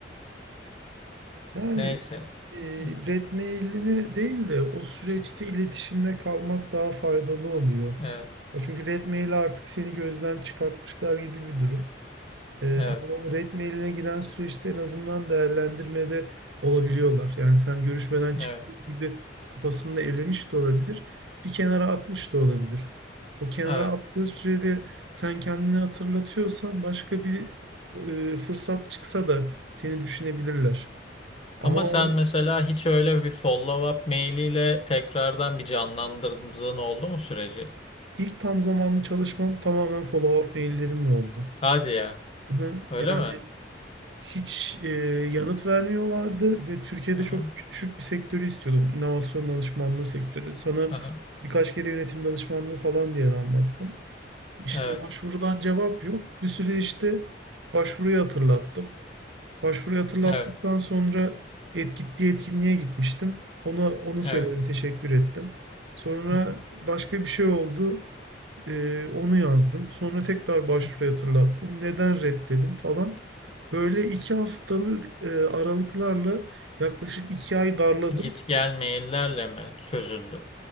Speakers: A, on the right (about 85°); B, on the left (about 35°).
A: Yani
B: Neyse.
A: e,
B: Evet.
A: red mailini değil de o süreçte iletişimde kalmak daha faydalı oluyor.
B: Evet.
A: Ya Çünkü red maili artık seni gözden çıkartmışlar gibi bir durum. E,
B: Evet.
A: ama o red mailine giden süreçte en azından değerlendirmede olabiliyorlar. Yani sen görüşmeden çıktığı
B: Evet.
A: gibi kafasında elemiş de olabilir, bir kenara atmış da olabilir. O kenara
B: Evet.
A: attığı sürede sen kendini hatırlatıyorsan başka bir e, fırsat çıksa da seni düşünebilirler. Ama
B: Ama
A: o
B: sen mesela hiç öyle bir follow-up mailiyle tekrardan bir canlandırdığın oldu mu süreci?
A: İlk tam zamanlı çalışmam tamamen follow-up maillerimle oldu.
B: Hadi ya.
A: Hı.
B: Öyle
A: Yani
B: mi?
A: hiç e, yanıt vermiyorlardı ve Türkiye'de
B: Aha,
A: çok düşük bir sektörü istiyordum. İnovasyon danışmanlığı sektörü. Sana
B: aha.
A: birkaç kere yönetim danışmanlığı falan diye de anlattım. İşte
B: Evet,
A: başvurudan cevap yok. Bir süre işte başvuruyu hatırlattım. Başvuruyu hatırlattıktan
B: evet,
A: sonra et, gittiği etkinliğe gitmiştim. Ona onu söyledim,
B: evet.
A: teşekkür ettim. Sonra
B: Hı hı,
A: başka bir şey oldu. Ee, onu yazdım. Sonra tekrar başvuruyu
B: hı
A: hatırlattım. Neden reddedim falan. Böyle iki haftalık e, aralıklarla yaklaşık iki ay darladım.
B: hı. Git gel maillerle mi çözüldü?